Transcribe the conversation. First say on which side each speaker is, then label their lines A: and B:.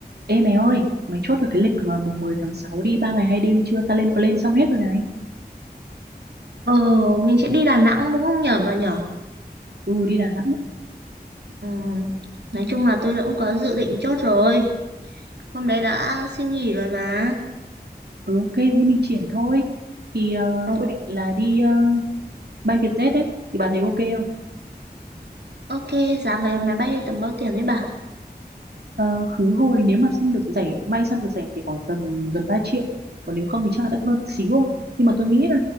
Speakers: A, on the right; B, on the right.
A: Ê mày ơi, mày chốt được cái lịch ờ, mùng 10 tháng 6 đi 3 ngày 2 đêm chưa? Ta lên plan xong hết rồi này.
B: Ờ, mình sẽ đi Đà Nẵng đúng không nhở bà nhở?
A: Ừ đi Đà Nẵng.
B: Ừ. Nói chung là tôi đã cũng có dự định chốt rồi. Hôm đấy đã xin nghỉ rồi mà.
A: Ừ ok, thế mình triển thôi. Thì ờ,
B: Ờ,
A: tôi định là đi ờ, bay Vietjet đấy. Thì bà thấy ok không?
B: ok, giá vé máy bay tầm bao tiền đấy bà?
A: Ờ, khứ hồi nếu mà săn được rẻ, may săn được rẻ thì khoảng tầm gần 3 triệu. Còn nếu không thì chắc là đắt hơn xíu thôi. Nhưng mà tôi nghĩ là